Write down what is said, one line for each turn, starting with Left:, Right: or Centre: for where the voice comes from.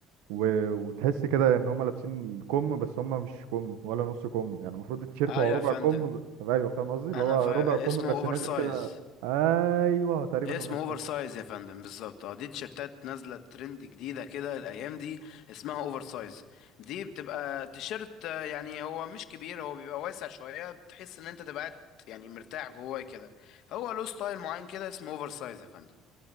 Right: و... وتحس كده ان هم لابسين كم بس هم مش كم ولا نص كم يعني المفروض التيشيرت
Left: ايوه
Right: هو ربع
Left: يا فندم
Right: كم ب... ايوه فاهم قصدي اللي
Left: انا
Right: هو
Left: ف... اسمه
Right: ربع كم بس
Left: اوفر
Right: نازل
Left: سايز
Right: كده ايوه هو تقريبا
Left: اسمه
Right: اوفر
Left: اوفر
Right: سايز
Left: سايز يا فندم بالظبط اه دي تيشيرتات نازله ترند جديده كده الايام دي اسمها اوفر سايز دي بتبقى تيشيرت آه، يعني هو مش كبير هو بيبقى واسع شويه بتحس ان انت تبقى قاعد يعني مرتاح جواه كده هو له ستايل معين كده اسمه اوفر سايز يا فندم